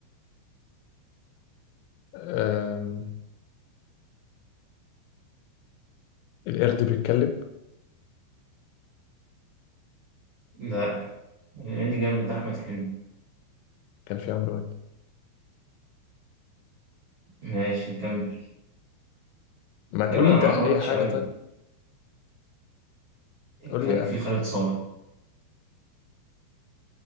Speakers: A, on the left; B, on the right.
A: أم... القرد بيتكلم
B: لا اللي جنب ده أحمد حلمي
A: كان في عمرو واكد
B: ماشي كمل
A: ما تقول
B: ابعد
A: لي انت
B: عن عمرو
A: اي
B: واكد شوية
A: حاجه طيب قول
B: كان
A: لي
B: في
A: قفله
B: خالد صالح